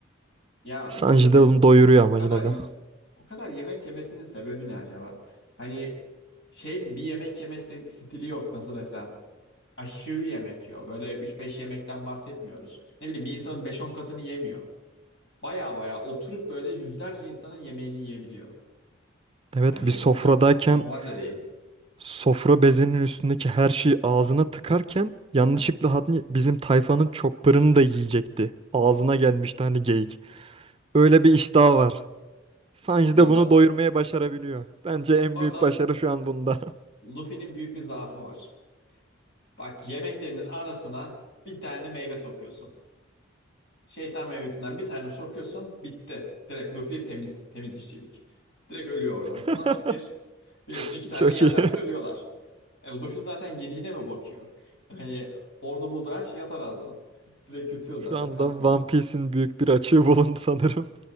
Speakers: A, on the left (about 60°); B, on the right (about 30°).
A: Ya
B: Sanji
A: Luffy'nin
B: de onu doyuruyor
A: o
B: ama
A: kadar
B: yine de.
A: o kadar yemek yemesinin sebebi ne acaba? Hani şey bir yemek yeme se- stili yok nasıl desem. Aşırı yemek yiyor. Böyle üç beş yemekten bahsetmiyoruz. Ne bileyim bir insanın beş on katını yemiyor. Baya baya oturup böyle yüzlerce insanın yemeğini yiyebiliyor.
B: Evet
A: Hani
B: bir sofradayken
A: çok çok normal de değil.
B: Sofra bezinin üstündeki her şeyi ağzına tıkarken yanlışlıkla hani bizim tayfanın chopper'ını da yiyecekti. Ağzına gelmişti hani geyik. Öyle bir iştahı var. Sanji
A: Bu
B: de
A: arada,
B: bunu doyurmaya başarabiliyor. Bence en
A: bu arada
B: büyük başarı şu an bunda.
A: Luffy'nin büyük bir zaafı var. Bak yemeklerinin arasına bir tane meyve sokuyorsun. Şeytan meyvesinden bir tane sokuyorsun, bitti. Direkt Luffy temiz, temiz işçilik. Direkt ölüyor orada.
B: <laughs>
A: Nasıl fikir? Biliyorsun iki tane
B: Çok
A: yerlerse
B: iyi. <laughs>
A: ölüyorlar. E, Luffy zaten yediğine mi bakıyor? Hani orada bulduğu her şey atar ağzına. <laughs> Direkt yutuyor
B: Şu
A: zaten,
B: anda
A: kasmıyor.
B: One Piece'in büyük bir açığı bulundu sanırım.